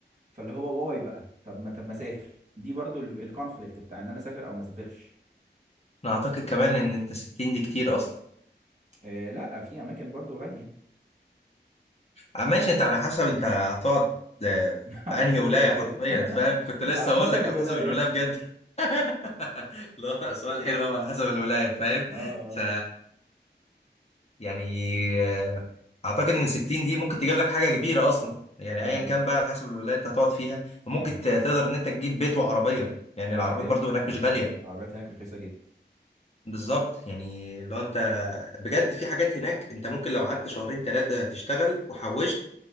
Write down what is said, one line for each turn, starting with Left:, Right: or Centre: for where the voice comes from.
Right: فاللي هو واي بقى طب ما طب ما اسافر دي برضو الكونفليكت بتاع ان انا اسافر او ما اسافرش
Left: انا اعتقد كمان ان انت 60 دي كتير اصلا
Right: آه، لا في اماكن برضو غاليه
Left: آه، ماشي انت على حسب انت هتقعد آه،
Right: <laughs> على
Left: في انهي
Right: حسب
Left: ولايه
Right: الولايه
Left: حرفيا فاهم
Right: <laughs>
Left: كنت لسه
Right: على
Left: اقول
Right: حسب
Left: لك
Right: الولايه
Left: على حسب الولايه بجد <laughs> لا سؤال حلو قوي على حسب الولايه فاهم
Right: اه آه،
Left: ف يعني آه، اعتقد ان 60 دي ممكن تجيب لك حاجه كبيره اصلا يعني
Right: دي
Left: ايا
Right: حقيقه
Left: كان بقى على حسب الولايه انت هتقعد فيها وممكن
Right: دي حقيقه
Left: ت- تقدر ان انت تجيب بيت وعربيه يعني
Right: العربيات
Left: العربيات برضو هناك
Right: آه،
Left: مش غاليه
Right: العربيات هناك رخيصه جدا
Left: بالظبط يعني لو انت بجد في حاجات هناك انت ممكن لو قعدت شهرين ثلاثه تشتغل وحوشت